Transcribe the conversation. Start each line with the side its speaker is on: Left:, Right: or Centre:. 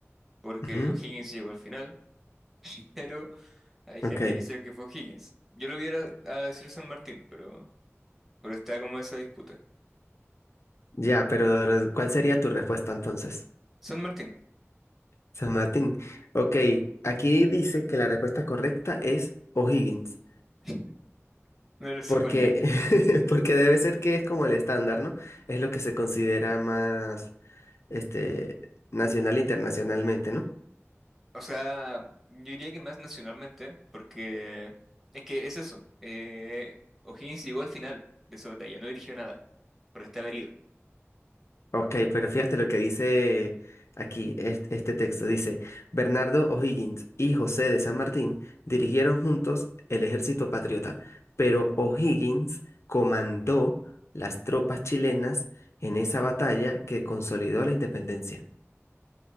Centre: porque
Left: Ujú.
Centre: O'Higgins llegó al final, <laughs> pero hay
Left: Ok,
Centre: gente que dice que fue O'Higgins. Yo lo hubiera a decir San Martín, pero, pero está como esa disputa.
Left: ya, pero ¿cuál sería tu respuesta entonces,
Centre: San Martín,
Left: San Martín? Ok, aquí dice que la respuesta correcta es O'Higgins,
Centre: <laughs> me lo suponía.
Left: porque, <laughs> porque debe ser que es como el estándar, ¿no? Es lo que se considera más este, nacional e internacionalmente, ¿no?
Centre: O sea, yo diría que más nacionalmente, porque es que es eso. Eh, O'Higgins llegó al final de esa batalla, no dirigió nada, porque estaba herido.
Left: Ok, pero fíjate lo que dice aquí est- este, texto. Dice, Bernardo O'Higgins y José de San Martín dirigieron juntos el ejército patriota, pero O'Higgins comandó las tropas chilenas en esa batalla que consolidó la independencia.